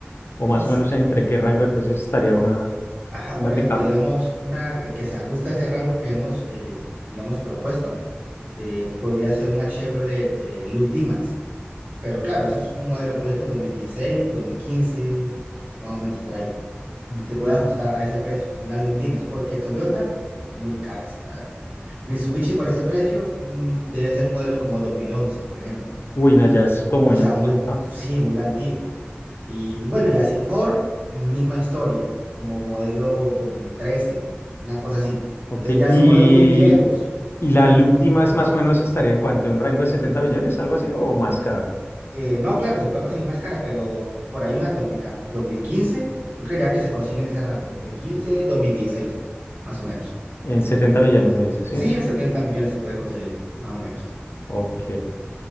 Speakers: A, on the left; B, on the right.
A: O más
B: Es-
A: o menos entre qué rango de precios estaría una,
B: Ajá,
A: una
B: por
A: pickup.
B: ejemplo, digamos, una eh, que se ajusta a ese rango que hemos, eh, digamos, propuesto, eh, podría ser una Chevrolet eh, Demax. Pero claro, eso es un modelo, ponle tú, 2016, 2015, más o menos por ahí.
A: Lúptima.
B: Se puede ajustar a ese precio, una luz Dimas, porque Toyota, muy caras, la verdad. Mitsubishi por ese precio mm, debe ser modelo como 2011, por ejemplo.
A: Uy, no, ya es como
B: O
A: ya
B: sea,
A: antigua.
B: muy,
A: ¿no?
B: sí, muy antiguo. Y, y bueno, y así Ford, misma historia, como modelo 2013, una cosa así.
A: Ok.
B: Entonces ya
A: Y,
B: son modelos muy viejos.
A: y la Lúptima es más o menos estaría en cuanto, en un rango de 70 millones, algo así, o más cara.
B: Eh, no, claro, se puede conseguir más cara, pero por ahí unas dos dos mil dos mil quince. yo creería que se consigue en ese rango, dos dos mil quince, dos mil dieciséis, más o menos.
A: En 70 millones me dice, sí.
B: Sí, en 70 millones se puede conseguir, más o menos.
A: Ok.